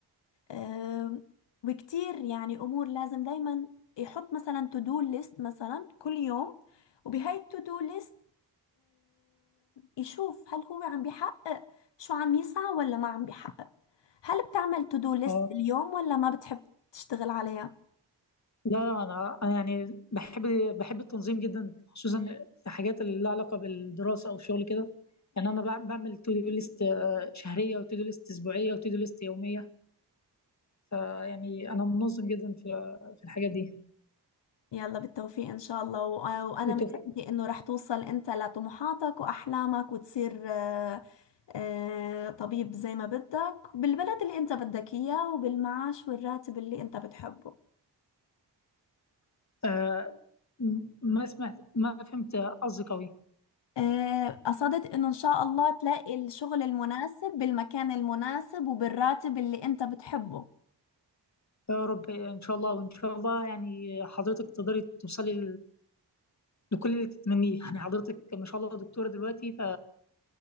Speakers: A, on the left; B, on the left.
A: أم، وكتير يعني امور لازم دايما يحط مثلا تو دو ليست مثلا كل يوم وبهاي التو دو ليست يشوف هل هو عم بيحقق شو عم يسعى ولا ما عم بيحقق هل بتعمل تو دو ليست
B: اه
A: باليوم ولا ما بتحب تشتغل عليها
B: لا انا انا يعني بحب بحب التنظيم جدا خصوصا في حاجات اللي لها علاقه بالدراسه او الشغل كده يعني انا بع- بعمل تو دو ليست شهريه وتو دو ليست اسبوعيه وتو دو ليست يوميه فيعني انا منظم جدا في في الحاجات دي
A: يلا بالتوفيق إن شاء الله و- آه، وأنا
B: بالتوفيق
A: متأكدة إنه رح توصل أنت لطموحاتك وأحلامك وتصير آه، آه، طبيب زي ما بدك بالبلد اللي أنت بدك إياه وبالمعاش والراتب اللي أنت بتحبه
B: آه م- ما سمعت ما فهمت قصدك قوي
A: آه، قصدت إنه إن شاء الله تلاقي الشغل المناسب بالمكان المناسب وبالراتب اللي أنت بتحبه
B: يا رب ان شاء الله وان شاء الله يعني حضرتك تقدري توصلي لكل اللي تتمنيه يعني حضرتك ما شاء الله دكتورة دلوقتي ف